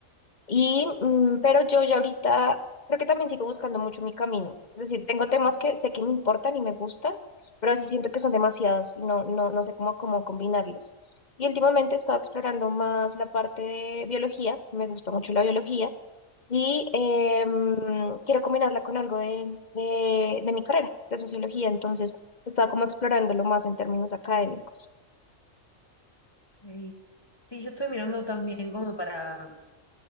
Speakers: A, on the left; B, on the left.
A: Y, mm, pero yo ya ahorita creo que también sigo buscando mucho mi camino. Es decir, tengo temas que sé que me importan y me gustan, pero a veces siento que son demasiados y no, no, no sé cómo, cómo combinarlos. Y últimamente he estado explorando más la parte de biología. Me gusta mucho la biología y em, quiero combinarla con algo de, de, de mi carrera, de sociología, entonces estaba como explorándolo más en términos académicos.
B: Ok. Sí, yo estoy mirando también como para